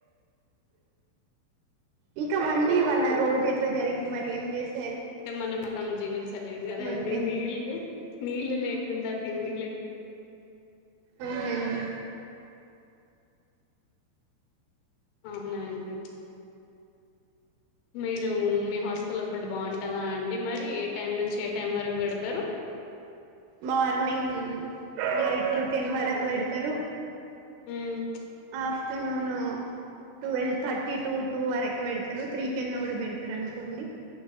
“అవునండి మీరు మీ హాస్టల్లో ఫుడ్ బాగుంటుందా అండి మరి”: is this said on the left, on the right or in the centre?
Left